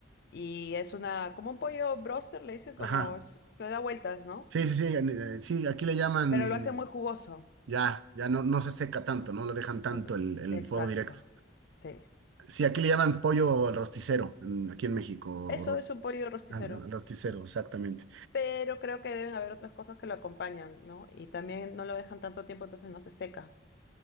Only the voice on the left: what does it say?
Y es una, como un pollo broster, le dicen como,
es- que da vueltas, ¿no?
Pero lo hace muy jugoso.
No sé-
Exacto,
sí.
Eso
es un pollo rosticero.
pero creo que deben haber otras cosas que lo acompañan, ¿no? Y también no lo dejan tanto tiempo, entonces no se seca.